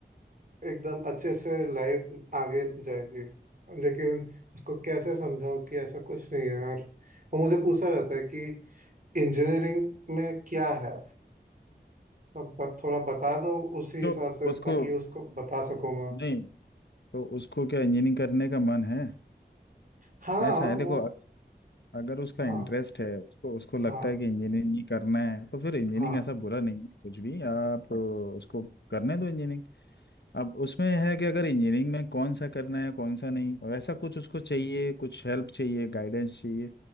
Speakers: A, on the right; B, on the left.
A: एकदम अच्छे से लाइफ आगे जाएगी लेकिन उसको कैसे समझाओ कि ऐसा कुछ नहीं है यार वो मुझे पूछा रहता है कि इंजीनियरिंग में क्या है सब ब- थोड़ा बता दो उसी
B: तो
A: हिसाब से
B: उसको
A: ताकि उसको बता सकूं मैं
B: नहीं तो उसको क्या इंजीनियरिंग करने का मन है
A: हाँ
B: ऐसा
A: वो
B: है देखो अगर उसका
A: हाँ
B: इंटरेस्ट है उसको उसको लगता
A: हाँ
B: है कि इंजीनियरिंग ही करना है तो फिर इंजीनियरिंग
A: हाँ
B: ऐसा बुरा नहीं है कुछ भी आप अ, उसको करने दो इंजीनियरिंग अब उसमें है कि अगर इंजीनियरिंग में कौन सा करना है कौन सा नहीं और ऐसा कुछ उसको चाहिए कुछ हेल्प चाहिए गाइडेंस चाहिए